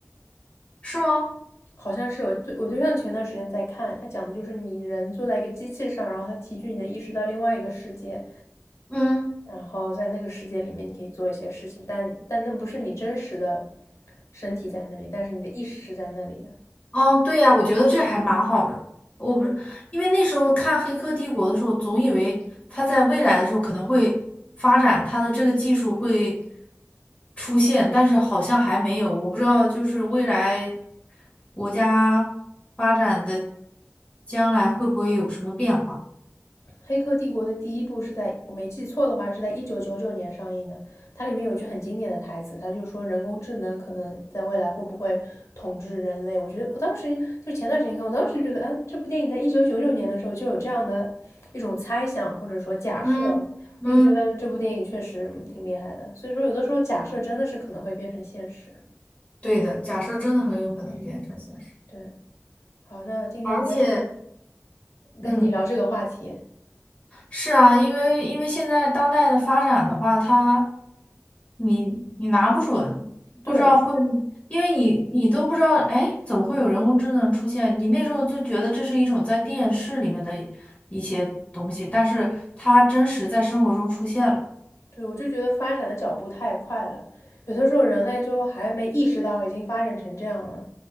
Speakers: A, on the left (about 25°); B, on the left (about 80°).
A: 是吗？
B: 好像是我对我对象前段时间在看，他讲的就是你人坐在一个机器上，然后他提取你的意识到另外一个世界，
A: 嗯。
B: 然后在那个世界里面你可以做一些事情，但但那不是你真实的身体在那里，但是你的意识是在那里的。
A: 哦，对呀，我觉得这还蛮好的。我不是因为那时候看《黑客帝国》的时候，
B: 对。
A: 总以为它在未来的时候可能会发展它的这个技术会出现，但是好像还没有。我不知道，就是未来国家发展的将来会不会有什么变化？
B: 黑客帝国》的第一部是在我没记错的话是在一九九九年上映的，它里面有一句很经典的台词，它就说人工智能可能在未来会不会统治人类？我觉得我当时就前段时间看，我当时就觉得，嗯，这部电影在一九九九年的时候就有这样的一种猜想或者说假设，
A: 嗯嗯，
B: 我就觉得这部电影确实嗯挺厉害的。所以说，有的时候假设真的是可能会变成现实。
A: 对的，假设真的很有可能变成现实，
B: 嗯对，好，那今天很开心
A: 而且嗯。
B: 跟你聊这个话题。
A: 是啊，因为因为现在当代的发展的话，它你你拿不准，
B: 对，
A: 不知道会，因为你你都不知道，哎，怎么会有人工智能出现？你那时候就觉得这是一种在电视里面的一些东西，但是它真实在生活中出现了。
B: 对，我就觉得发展的脚步太快了，有的时候人类就还没意识到已经发展成这样了，